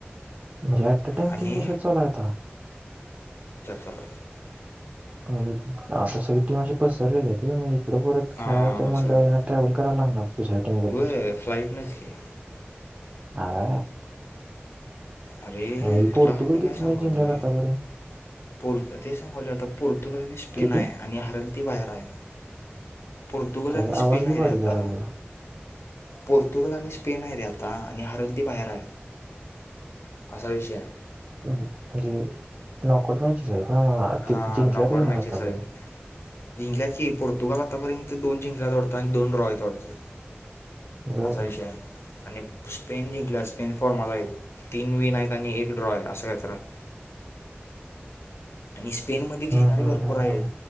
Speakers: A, on the right (about 40°); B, on the left (about 80°).
A: म्हणजे ऍट अ टाइम
B: आणि
A: तीन दिशात चला आता
B: सरा
A: म्हणजे आता सगळी टीमाशी पसरलेली आहे त मग तकडं परत खेळायचं
B: हां बसायला
A: म्हटलं ट्रॅव्हल करावं लागणार दुस टी बरोबर
B: वय फ्लाईटनंच की
A: आरे
B: अरे
A: आई
B: तुला
A: पोर्तुगल
B: मी काय
A: किती
B: सांगालोय
A: मॅच जिंकल्या जा बरे
B: पोर् ते सांगवले आता पोर्तुगल आणि स्पेन
A: किती?
B: आहे आणि हरल ती बाहेर आहे पोर्तुगाल
A: काय
B: आणि
A: आवाज
B: स्पेन
A: लई
B: हरी
A: बारीक
B: आता
A: आला तुझा.
B: पोर्तुगल आणि स्पेन आहे रे आता आणि हरलदी बाहेर आहे असा विषय आहे
A: म्हणजे नॉकोट मचेच आहेत ना मग ते
B: हा
A: जिंकल्यात
B: नॉकआउट
A: की नाही
B: मॅचेस
A: आतापर्यंत
B: आहेत इिंग्लची पोर्तुगल आतापर्यंत दोन जिंंग आवडत आता दोन र आहे थोडसं
A: बर
B: असा विषय आणि स्पेन जिंकल्या स्पेन फॉर्माला आहे तीन विन आहेत आणि एक ड्रॉ आहे असं घय रा <inaudible> आणि स्पेनमध्ये खेळणारी
A: हम्म हम्म
B: भरपूर
A: हम्म
B: आहेत
A: हम्म